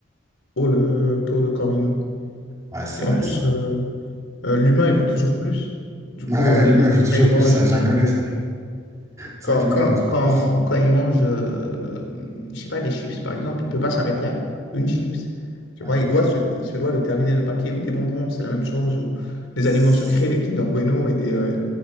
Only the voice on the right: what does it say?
Ouais, c'est
vrai,
c'est vrai.
Ouais,
l'humain veut toujours
plus, ça,
je la connais, ça. C'est
vrai que l'humain
veut toujours
plus.
Ouais.
C'est